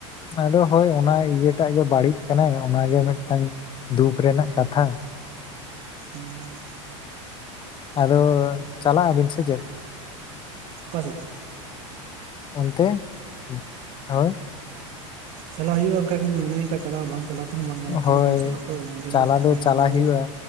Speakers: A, on the left (about 30°); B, on the right (about 50°).
A: ᱟᱫᱚ ᱦᱳᱭ ᱚᱱᱟ ᱤᱭᱟᱹᱴᱟᱜ ᱜᱮ ᱵᱟᱹᱲᱤᱡ ᱠᱟᱱᱟᱭ ᱚᱱᱟᱜᱮ ᱢᱤᱫᱴᱟᱝ ᱫᱩᱠ ᱨᱮᱱᱟᱜ ᱠᱟᱛᱷᱟ
B: ᱦᱮᱸ
A: ᱟᱫᱚ ᱪᱟᱞᱟᱜ ᱟᱹᱵᱤᱱ ᱥᱮ ᱪᱮᱫ
B: ᱚᱠᱟ ᱥᱮᱫ
A: ᱚᱱᱛᱮ ᱦᱳᱭ
B: ᱪᱟᱞᱟᱜ ᱦᱩᱭᱩᱜᱼᱟᱚᱱᱠᱟ ᱜᱮᱞᱤᱧ ᱢᱚᱱᱮᱭᱟ ᱪᱟᱞᱟ ᱵᱟᱝ ᱪᱟᱞᱟᱣ ᱛᱮᱦᱚᱸ ᱵᱟᱝ ᱜᱟᱱᱚᱜ ᱠᱟᱱᱟ
A: ᱦᱳᱭ
B: ᱟᱹᱲᱤᱥᱚᱜ ᱟᱠᱚ ᱩᱫᱤᱱ
A: ᱪᱟᱞᱟᱣ
B: ᱞᱤᱧ ᱛᱟᱦᱮᱸᱭᱮᱱᱟ
A: ᱫᱚ ᱪᱟᱞᱟᱜ
B: ᱚᱸᱰᱮ
A: ᱦᱩᱭᱩᱜᱼᱟ